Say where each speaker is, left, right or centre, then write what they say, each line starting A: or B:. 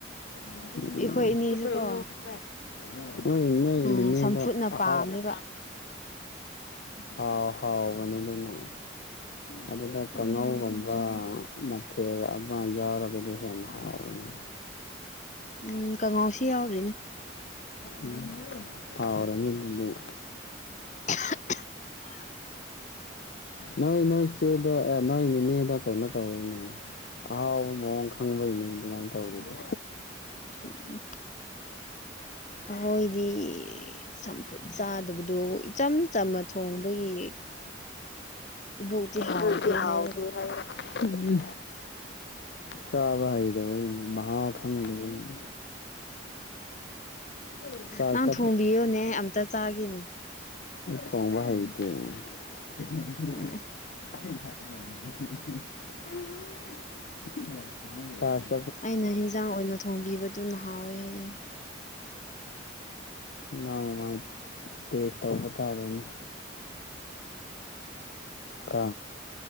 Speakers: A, on the left; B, on the left.
A: <unintelligible>
B: ꯑꯩꯈꯣꯏ ꯏꯅꯦꯁꯨꯀꯣ
A: ꯎꯝ ꯅꯣꯏ
B: ꯎꯝ
A: ꯅꯤꯅꯦꯗꯣ
B: ꯆꯝꯐꯨꯠꯅ
A: ꯑꯍꯥꯎ
B: ꯄꯥꯝꯃꯦꯕ
A: ꯎꯝ ꯍꯥꯎ ꯍꯥꯎꯕꯅꯥꯦ ꯑꯗꯨꯝ ꯑꯗꯨꯒ
B: ꯎꯝ
A: ꯀꯥꯡꯍꯧꯒꯨꯝꯕ ꯃꯊꯦꯜ ꯑꯃ ꯌꯥꯎꯔꯒꯗꯤ ꯍꯦꯟꯅ ꯍꯥꯎꯕꯅꯤ
B: ꯎꯝ ꯀꯥꯡꯉꯧꯁꯤ ꯌꯥꯎꯔꯤꯅꯦ
A: ꯎꯝ ꯍꯥꯎꯔꯅꯤ ꯑꯗꯨꯗꯤ
B: <unintelligible>
A: ꯅꯣꯏ ꯅꯣꯏ ꯆꯦꯗꯣ ꯑꯦ ꯅꯣꯏ ꯅꯤꯅꯦꯗ ꯀꯩꯅꯣ ꯇꯧꯎꯅꯦ ꯑꯍꯥꯎꯕ ꯃꯑꯣꯡ ꯈꯪꯕꯩꯅꯦ ꯑꯗꯨꯃꯥꯏꯅ ꯇꯧꯔꯤꯗꯤ
B: <unintelligible> ꯑꯍꯣꯏꯗꯤ ꯆꯝꯐꯨꯠ ꯆꯥꯗꯕꯗꯣ ꯏꯆꯝ ꯆꯝꯅ ꯊꯣꯡꯕꯒꯤ ꯏꯕꯣꯛꯇꯤ ꯍꯥꯎꯇꯦ
A: ꯑꯗꯨꯗꯤ ꯍꯥꯎꯇꯦ
B: ꯍꯥꯏꯌꯦꯕ
A: ꯍꯥꯏꯌꯦ ꯆꯥꯕ ꯍꯩꯗꯕꯩꯅꯤ ꯃꯍꯥꯎ ꯈꯪꯗꯕꯩꯅꯤ <unintelligible> ꯑꯩ
B: ꯅꯪ ꯊꯣꯡꯕꯤꯌꯣꯅꯦ ꯑꯝꯇ ꯆꯥꯒꯦꯅꯦ
A: ꯊꯣꯡꯕ ꯍꯩꯇꯦ <unintelligible>
B: ꯎꯝ ꯑꯩꯅ ꯍꯤꯟꯖꯥꯡ ꯑꯣꯏꯅ ꯊꯣꯡꯕꯤꯕꯗꯨꯅ ꯍꯥꯎꯌꯦ ꯍꯥꯏꯌꯦ
A: ꯅꯣꯡꯃꯥꯏ ꯇꯦꯖ ꯇꯧꯕ ꯇꯥꯔꯦꯅꯦ ꯀ